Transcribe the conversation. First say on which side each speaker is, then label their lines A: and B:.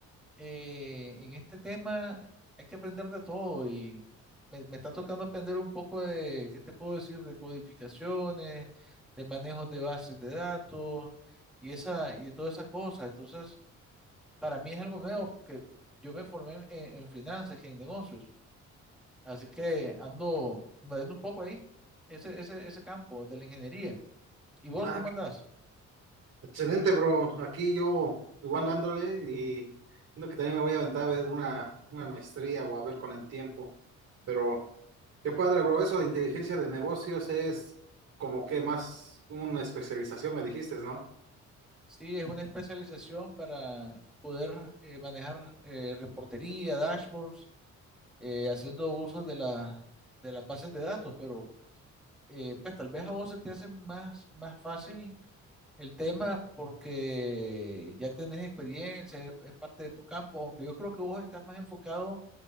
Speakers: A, in the centre; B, on the right.
A: eh, en este tema hay que aprender de todo y me, me está tocando aprender un poco de, ¿qué te puedo decir? De codificaciones, de manejos de bases de datos y esa y toda esa cosa. Entonces, para mí es algo nuevo porque yo me formé en, en finanzas y en negocios, así que ando moviendo un poco ahí, ese, ese, ese campo de la ingeniería. ¿Y vos
B: Ah,
A: cómo
B: qué-
A: andás?
B: excelente, bro. Aquí yo igual dándole y siento que también me voy a aventar a ver una, una maestría o a ver con el tiempo. Pero qué padre, bro. Eso de inteligencia de negocios es como que más una especialización, me dijiste, ¿no?
A: Sí, es una especialización para poder eh, manejar eh, reportería, dashboards eh, haciendo uso de la, de las bases de datos, pero eh, pues tal vez a vos se te hace más, más fácil el tema porque ya tenés experiencia, es, es parte de tu campo, aunque yo creo que vos estás más enfocado